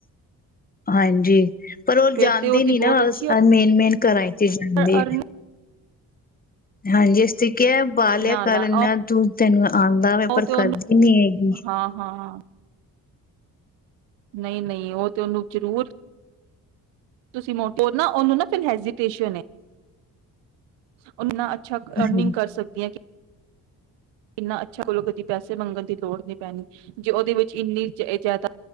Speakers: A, on the left; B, on the right.
A: ਹਾਂਜੀ ਪਰ ਉਹ
B: ਫਿਰ
A: ਜਾਂਣਦੀ
B: ਤੇ ਉਹਦੀ
A: ਨੀ ਨਾ
B: ਬਹੁਤ ਅੱਛੀ
A: ਸ ਮੇਨ ਮੇਨ ਕਰਏ ਤੇ ਜਾਂਦੀ
B: ਅਰਨ
A: ਹੈ ਹਾਂਜੀ ਠੀਕ ਹੈ ਬਾਲਿਆ
B: ਨਾ
A: ਕਰਨਾ
B: ਨਾ
A: ਤੂਂ ਤੈਨੂ ਆ ਆਉਂਦਾ ਵੈ
B: ਉਹ
A: ਪਰ
B: ਤੇ ਉਹਨੂੰ
A: ਕਰਦੀ ਨੀ ਹੈਗੀ
B: ਹਾਂ ਹਾਂ ਨਹੀਂ ਨਹੀਂ ਉਹ ਤੇ ਉਹਨੂੰ ਜ਼ਰੂਰ ਤੁਸੀਂ ਮੋਟੋ ਨਾ ਉਹਨੂੰ ਨਾ ਫਿਰ ਹੈਜ਼ਟੇਸ਼ਨ ਹੈ। ਉਹਨਾ ਅੱਛਾ
A: ਹਾਂਜੀ
B: ਅਰਨਿੰਗ ਕਰ ਸਕਦੀ ਹੈ ਕਿ ਕਿੰਨਾ ਅੱਛਾ ਕੋਲੋਂ ਕਦੀ ਪੈਸੇ ਮੰਗਣ ਦੀ ਲੋੜ ਨਹੀਂ ਪੈਣੀ ਜੇ ਉਹਦੇ ਵਿੱਚ ਇੰਨੀ ਜ਼ਿਆਦਾ